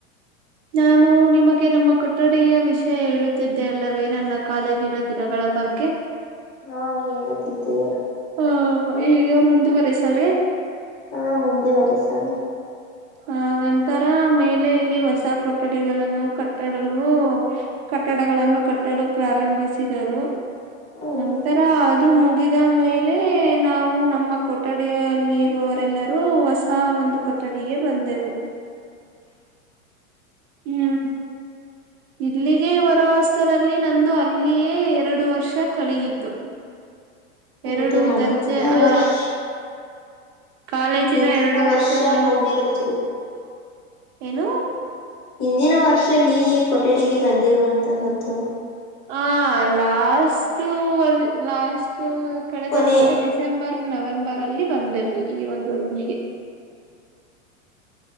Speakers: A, on the right; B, on the left.
A: ನಾನು ನಿಮಗೆ ನಮ್ಮ ಕೊಠಡಿಯ ವಿಷಯ ಹೇಳುತ್ತಿದ್ದೆ ಅಲ್ಲವೇ ನನ್ನ ಕಾಲೇಜಿನ ದಿನಗಳ ಬಗ್ಗೆ
B: ಹಾ ಹೇಳುತಿದ್ದೆಯೇ
A: ಹಾ ಈಗ ಮುಂದುವರೆಸಲೇ
B: ಹಾ ಮುಂದೆ ವರೆಸೋಣ
A: ಆ ನಂತರಾ ಮೇಲೆ ಇಲ್ಲಿ ಹೊಸ ಕೊಠಡಿಗಳನ್ನು ಕಟ್ಟಾಡಲು ಕಟ್ಟಡಗಳನ್ನು ಕಟ್ಟಲು ಪ್ರಾರಂಭಿಸಿದರು.
B: ಹ್ಮ
A: ನಂತರ ಅದು ಮುಗಿದ ಮೇಲೆ ನಾವು ನಮ್ಮ ಕೊಠಡಿಯಲ್ಲಿ ಇರೋವ ಎಲ್ಲರೂ ಹೊಸ ಒಂದು ಕಟ್ಟಡ ಈಗ ಬಂದೆವು ಹ್ಮ್ ಇಲ್ಲಿಗೆ ಬರುವ ವಸ್ಟರಲ್ಲಿ ನಂದು ಅಲ್ಲಿಯೇ ಎರಡು ವರ್ಷ ಕಳೆಯಿತು ಎರಡು
B: ಇದು ಮೊನ್ನೆ
A: ದರ್ಜೆ ಆ
B: ವರ್ಷ
A: ಕಾಲೇಜಿನ
B: ಹಿಂದಿನ
A: ಎರಡು ವರ್ಷಗಳು
B: ವರ್ಷ ಹೋಗಿರೋದು
A: ಏನು
B: ಇಂದಿನ ವರ್ಷ ಈ ಈ ಕೊಠಡಿಗೆ ಬಂದಿರುವಂತಹದ್ದು.
A: ಹಾ ಲಾಸ್ಟ್ರ್ ಲಾಸ್ಟ್ ಕಳೆದ
B: ಕೊನೆ
A: ವರ್ಷ ಡಿಸೆಂಬರ್ ನವೆಂಬರ್ ಅಲ್ಲಿ ಬಂದೇವೆ ಈ ಒಂದು ರೂಮಿಗೆ